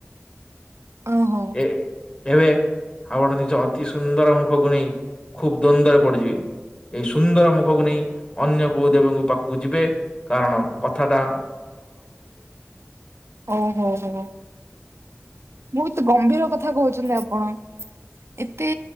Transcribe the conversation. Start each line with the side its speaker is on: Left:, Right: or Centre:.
Right: ଓହୋ
Left: ଏ ଏବେ ଆପଣ ନିଜ ଅତି ସୁନ୍ଦର ମୁଖକୁ ନେଇ ଖୁବ୍ ଦ୍ନ୍ଦରେ ପଡିଯିବେ ଏଇ ସୁନ୍ଦର ମୁଖକୁ ନେଇ ଅନ୍ୟ କୋଉ ଦେବଙ୍କ ପାଖକୁ ଯିବେ କାରଣ କଥା ଟା
Right: ଓହୋ ହୋ ମୁଁ ତ ଗମ୍ଭୀର କଥା କହୁଛନ୍ତି ଆପଣ? ଏତେ